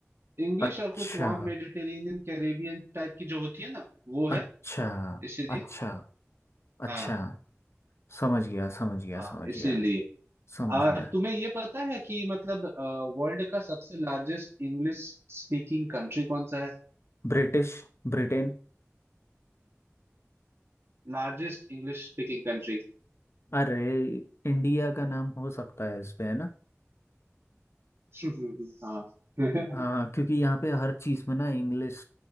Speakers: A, on the right (about 55°); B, on the left (about 60°).
A: इंग्लिश
B: अच्छा
A: और कुछ वहाँ मेडिटेरेनियन कैरेबियन टाइप की जो होती है ना वो है
B: अच्छा
A: इसीलिए
B: अच्छा अच्छा
A: हाँ
B: समझ गया समझ गया
A: हाँ
B: समझ
A: इसीलिए
B: गया समझ
A: आ,
B: गया
A: तुम्हें ये पता है कि मतलब वर्ल्ड का सबसे लार्जेस्ट इंग्लिश स्पीकिंग कंट्री कौन सा है
B: British Britain
A: Largest English speaking country
B: अरे इंडिया का नाम हो सकता है इसमें है ना
A: <laughs> हाँ <laughs>
B: हाँ क्योंकि यहाँ पे हर चीज़ में ना इंग्लिश